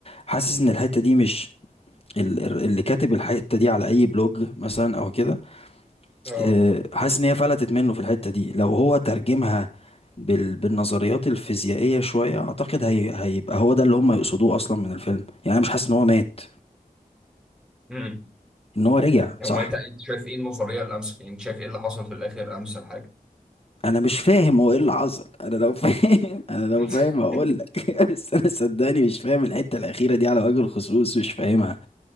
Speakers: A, on the left; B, in the centre.
A: حاسس ان الحته دي مش ال- ال- اللي كاتب الحته دي على اي بلوج مثلا او كده
B: اه
A: آه، حاسس ان هي فلتت منه في الحته دي لو هو ترجمها بال... بالنظريات الفيزيائيه شويه اعتقد هي... هيبقى هو ده اللي هم يقصدوه اصلا من الفيلم يعني انا مش حاسس ان هو مات
B: امم
A: ان هو رجع
B: هم
A: صح
B: انت أنت شايف ايه النظريه الامس انت شايف ايه اللي حصل في الاخر امس حاجه
A: انا مش فاهم هو ايه اللي حصل انا لو فاهم <laughs> انا لو
B: <laughs>
A: فاهم هقول لك <laughs> بس انا صدقني مش فاهم الحته الاخيره دي على وجه الخصوص مش فاهمها